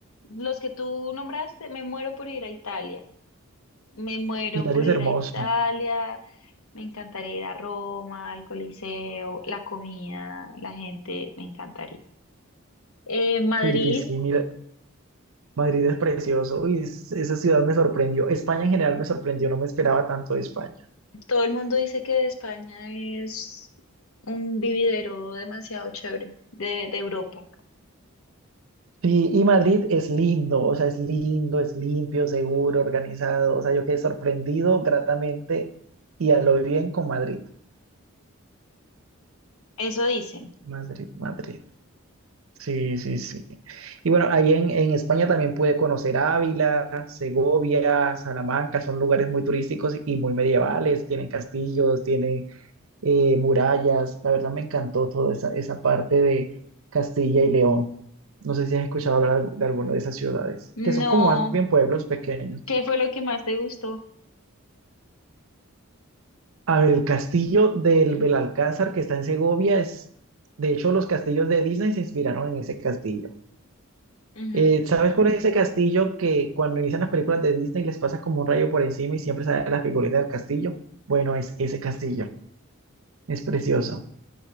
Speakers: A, on the left; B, on the right.
A: los que tú nombraste, me muero por ir a Italia. Me muero
B: Italia
A: por
B: es
A: ir
B: hermoso.
A: a Italia. Me encantaría ir a Roma, al Coliseo, la comida, la gente, me encantaría. Eh, Madrid,
B: Sí, sí, sí, mira, Madrid es precioso. Uy, es- esa ciudad me sorprendió. España en general me sorprendió, no me esperaba tanto de España.
A: todo el mundo dice que España es un vividero demasiado chévere de, de Europa.
B: Sí, y Madrid es lindo, o sea, es lindo, es limpio, seguro, organizado. O sea, yo quedé sorprendido gratamente y a lo bien con Madrid.
A: Eso dicen.
B: Madrid, Madrid. Sí, sí, sí. Y bueno, ahí en, en España también pude conocer Ávila, Segovia, Salamanca, son lugares muy turísticos y muy medievales, tienen castillos, tienen eh, murallas. La verdad me encantó toda esa, esa parte de Castilla y León. No sé si has escuchado hablar de alguna de esas ciudades,
A: No,
B: que son como más bien pueblos pequeños.
A: ¿qué fue lo que más te gustó?
B: A ver, el castillo del Belalcázar que está en Segovia es, de hecho, los castillos de Disney se inspiraron en ese castillo.
A: Ujú,
B: Eh, ¿sabes cuál es ese castillo que cuando inician las películas de Disney les pasa como un rayo por encima y siempre sale la figurita del castillo? Bueno, es ese castillo, es precioso.